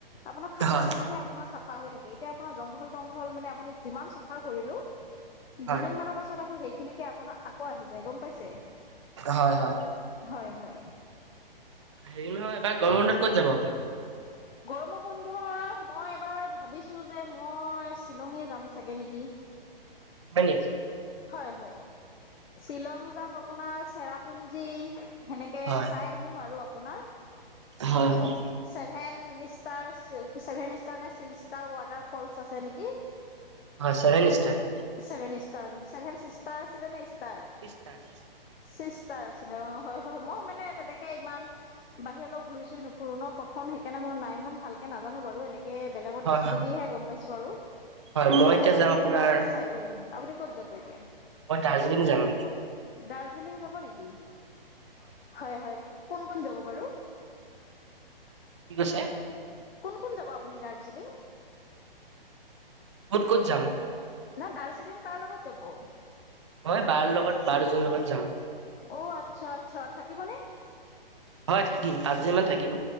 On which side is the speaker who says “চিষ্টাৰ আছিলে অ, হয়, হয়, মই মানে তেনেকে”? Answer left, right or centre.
Left